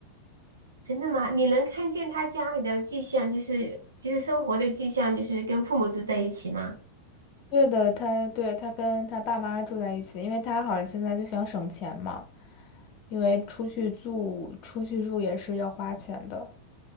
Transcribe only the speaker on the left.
对的，他对他跟他爸妈住在一起，因为他好像现在就想省钱嘛，因为出去住出去住也是要花钱的。